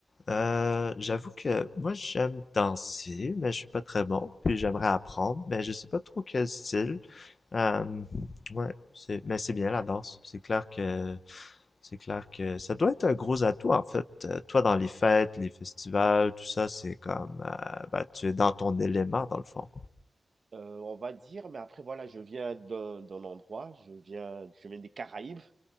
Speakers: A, on the left; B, on the right.
A: Euh,
B: Mmh.
A: j'avoue que moi j'aime danser, mais je suis pas très bon. Puis j'aimerais apprendre, mais je sais pas trop quel style. Euh, ouais, c'est, mais c'est bien la danse. C'est clair que c'est clair que ça doit être un gros atout en fait. Euh, toi dans les fêtes, les festivals, tout ça, c'est comme euh, bah, tu es dans ton élément dans le fond.
B: Heu, on va dire, mais après voilà, je viens d'un d'un endroit, je viens je viens des Caraïbes.